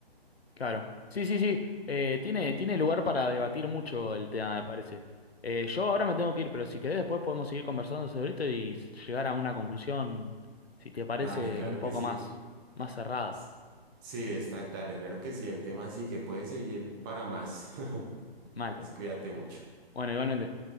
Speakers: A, on the left; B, on the right.
A: claro. Sí, sí, sí. Eh, tiene, tiene lugar para debatir mucho el tema, me parece. Eh, yo ahora me tengo que ir, pero si querés después podemos seguir conversando sobre esto y llegar a una conclusión, si te
B: dale,
A: parece,
B: claro
A: un poco
B: que sí.
A: más, más cerrada.
B: S- Sí, está, dale, claro que sí, el tema sí que puede seguir para más. <laughs> Entonces,
A: Mal.
B: cuídate mucho.
A: Bueno, igualmente.